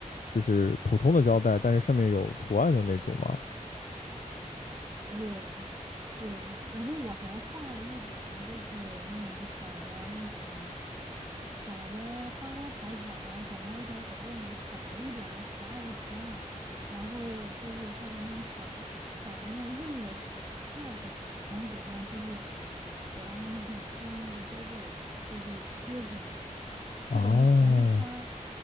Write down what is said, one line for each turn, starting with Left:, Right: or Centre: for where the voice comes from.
Left: 就是普通的胶带，但是上面有图案的那种吗？
Right: 对，对，然后我还画了一点，就是那种小的那种小的花花草草呀、小猫小狗这种小的一点儿的可爱的图案，然后就是画在那种小小的那种硬的纸片儿上，然后给它就是给它那种用那个胶布给就是贴起来，
Left: 啊，
Right: 就等于缠一圈儿。